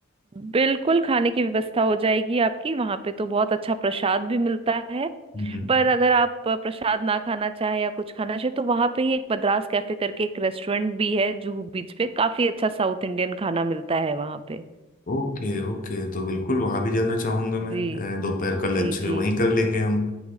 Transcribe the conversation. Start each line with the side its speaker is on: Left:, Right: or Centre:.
Right: बिल्कुल खाने की व्यवस्था हो जाएगी आपकी वहां पे तो बहुत अच्छा प्रसाद भी मिलता है
Left: हम्म
Right: पर अगर आप प्रसाद ना खाना चाहे या कुछ खाना चाहे तो वहां पे ही एक मद्रास कैफे करके एक रेस्टोरेंट भी है जुहू बीच पे काफी अच्छा साउथ इंडियन खाना मिलता है वहां पे
Left: ओके ओके तो बिल्कुल वहां भी जाना चाहूंगा मैं
Right: जी
Left: अ, दोपहर का लंच
Right: जी
Left: वहीं
Right: जी
Left: कर लेंगे हम